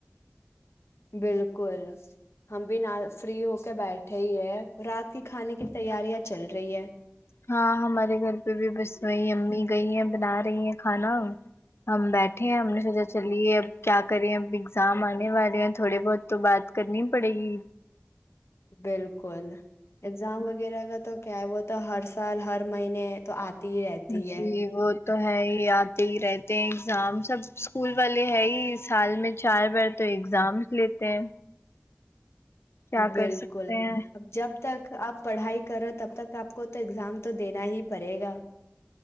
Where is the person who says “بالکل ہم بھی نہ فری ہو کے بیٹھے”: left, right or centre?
Left